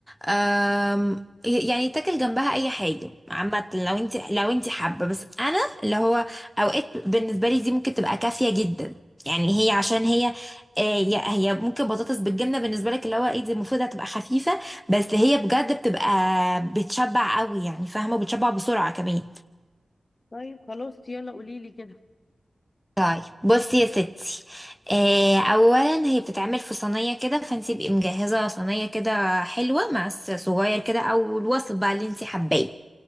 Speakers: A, in the centre; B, on the left.
A: أم ي- يعني يتاكل جنبها اي حاجه عامه لو انت لو انت حابه بس انا اللي هو اوقات بالنسبه لي دي ممكن تبقى كافيه جدا يعني هي عشان هي آه، هي هي ممكن بطاطس بالجبنه بالنسبه لك اللي هو ايه دي المفروض هتبقى خفيفه بس هي بجد بتبقى بتشبع قوي يعني فاهمه وبتشبع بسرعه كمان
B: طيب خلاص يلا قولي لي كده
A: طيب بصي يا ستي آه اولا هي بتتعمل في صينيه كده فانت تبقي مجهزه صينيه كده حلوه مع الصغير كده او الوسط بقى اللي انت حباه